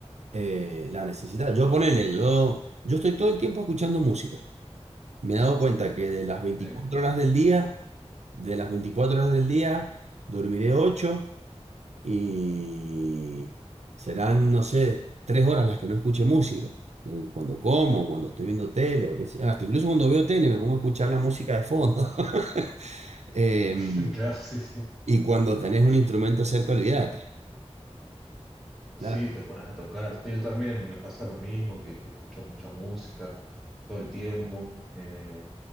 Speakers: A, on the right; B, in the centre.
A: eh, la necesidad. Yo ponele, yo, yo estoy todo el tiempo escuchando música. Me he dado cuenta que de las veinticuatro
B: Sí,
A: horas del día, de las 24 horas del día, dormiré ocho y serán, no sé, 3 horas las que no escuche música. Eh, Cuando como, cuando estoy viendo tele o qué sé, hasta incluso cuando veo tele me pongo a escuchar la música de fondo. <laughs> Em,
B: <laughs> claro, sí, sí.
A: y cuando tenés un instrumento cerca, olvídate.
B: Sí,
A: Nada.
B: te pones a tocar. Sí, yo también me pasa lo mismo, que, que escucho mucha música todo el tiempo. eh,